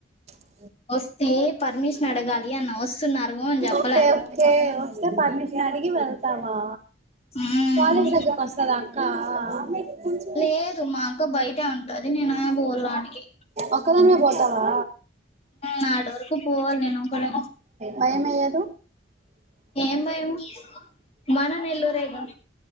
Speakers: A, on the right; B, on the left.
A: అ
B: వస్తే పర్మిషన్ అడగాలి అన్న వస్తున్నారు అని చెప్పలే
A: ఓకే ఓకే వస్తే పర్మిషన్ అడిగి వెళ్తావా
B: మ్మ్.
A: కాలేజ్ దగ్గర కి వస్తదా అక్క ఉమేగు
B: లేదు మా అక్క బయటే ఉంటది నేను పోలాడికి
A: ఒక్కదానివే పో వస్తావా
B: నాటి వరకు పోవాలి నేను ఒకలే
A: భయంయేయదు
B: ఏం భయం మన నెల్లూరే గా